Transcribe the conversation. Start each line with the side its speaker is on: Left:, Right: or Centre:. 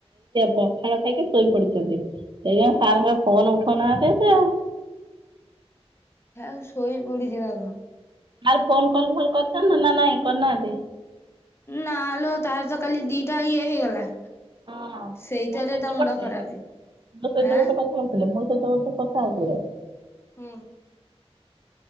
Right: ପଖାଳ ଖାଇକି ଶୋଇ ପଡିଛନ୍ତି ସେଇ ପା ସାର ଙ୍କ ଫୋନ ଉଠଉନାହାନ୍ତି ସେ ଆଉ।
Left: ଥାଉ ଶୋଇ ପଡିଛି ନା କ
Right: ଆର୍ ଫୋନ କଲ ଭଲ୍ କରିଥା ନା ନା ନାଇଁ କରିନାହାନ୍ତି
Left: ନାଲୋ ତାର ତ କାଲି ଦିଟା ଇଏ ହେଇଗଲା।
Right: ହଁ
Left: ସେଇଥିରେ
Right: ମୋ ସହିତ
Left: ତା ମୁଣ୍ଡ
Right: ଗୋଟେ
Left: ଖରାପ
Right: ମୋ ସହିତ
Left: ଆଁ
Right: ଗୋଟେ କଥା ହଉଥିଲେ ମୋ ସହିତ ଗୋଟେ କଥା ହଉଥିଲେ।
Left: ହୁଁ।